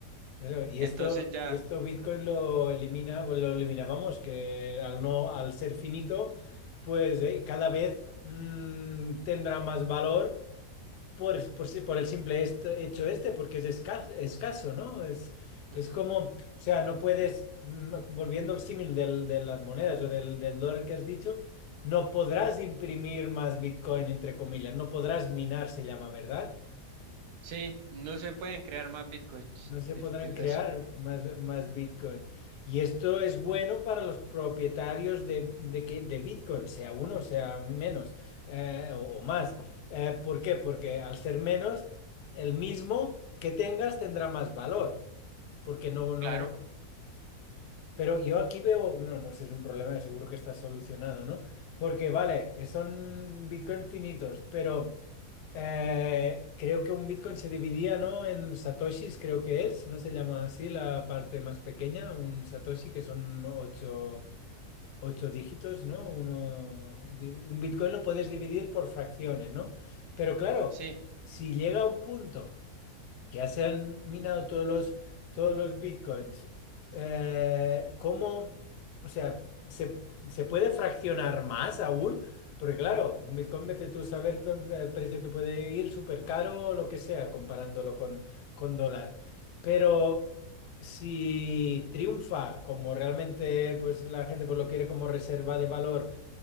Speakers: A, on the left (about 80°); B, on the right (about 75°).
A: Claro, Y
B: Entonces
A: esto,
B: ya,
A: y esto Bitcoin lo elimina, o lo eliminábamos, que al no, al ser finito, pues eh, cada vez mm, tendrá más valor por, por, si- por el simple esto- hecho este, porque es esca- escaso, ¿no? Es,
B: ujú.
A: es como, o sea, no puedes, mm, volviendo al símil del- de las monedas o del, del dólar que has dicho, no podrás imprimir más Bitcoin, entre comillas, no podrás minar, se llama, ¿verdad?
B: Sí, no se pueden crear más bitcoins
A: No se
B: de-
A: podrán
B: de-
A: crear
B: así.
A: más, más Bitcoin. Y esto es bueno para los propietarios de, de, que- de Bitcoin, sea uno, sea menos eh, o, o más. Eh, ¿por qué? Porque al ser menos, el mismo que tengas tendrá más valor. Porque no, no.
B: Claro,
A: Pero yo aquí veo, no, no sé, es un problema que seguro que está solucionado, ¿no? Porque vale, son Bitcoin finitos, pero. Eh, creo que un Bitcoin se dividía, ¿no? En satoshis, creo que es, ¿no se llama así la parte más pequeña? Un satoshi, que son ocho, ocho dígitos, ¿no? Uno, di- un Bitcoin lo puedes dividir por fracciones, ¿no? Pero claro,
B: sí.
A: si llega a un punto que ya se han minado todos los, todos los bitcoins, eh, ¿cómo? O sea, ¿se, se puede fraccionar más aún? Porque claro, un bitcoin vete tú a saber dónde, el precio que puede ir súper caro o lo que sea, comparándolo con, con dólar. Pero si triunfa como realmente pues, la gente pues, lo quiere como reserva de valor,